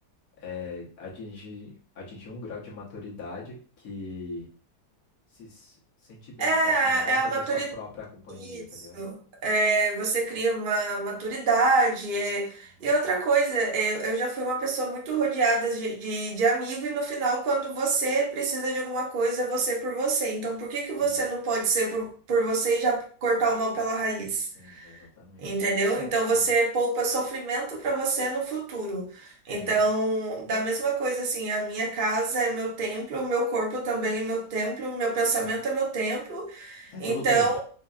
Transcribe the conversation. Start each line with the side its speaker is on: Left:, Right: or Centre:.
Left: é, atingir, atingir um grau de maturidade que se s- sente bem
Right: É, é
Left: sozinha, gosta
Right: a
Left: da
Right: maturidade
Left: sua própria companhia,
Right: Isso.
Left: tá ligado?
Right: É, você cria uma maturidade. é.
Left: Uhum.
Right: E outra coisa, é, eu já fui uma pessoa muito rodeada de, de, de amigo, e no final, quando você precisa de alguma coisa, é você por você. Então, por que que você
Left: É,
Right: não pode ser por, por você e já cortar o mal pela raiz?
Left: sim, exatamente.
Right: Entendeu? Então, você
Left: Uhum,
Right: poupa sofrimento para você no futuro. Então,
Left: uhum,
Right: da mesma coisa, assim, a minha casa é meu templo, meu corpo também é meu templo, meu pensamento
Left: uhum.
Right: é meu templo.
Left: É
Right: Então,
Left: todo o tempo.